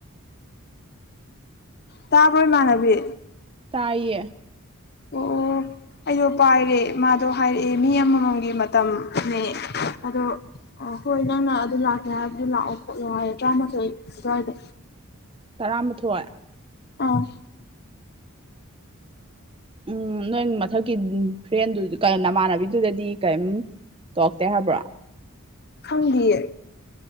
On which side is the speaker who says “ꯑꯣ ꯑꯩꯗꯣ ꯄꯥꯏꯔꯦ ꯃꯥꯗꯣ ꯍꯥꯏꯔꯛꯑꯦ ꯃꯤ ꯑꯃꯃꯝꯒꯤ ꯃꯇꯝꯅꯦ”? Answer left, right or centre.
Left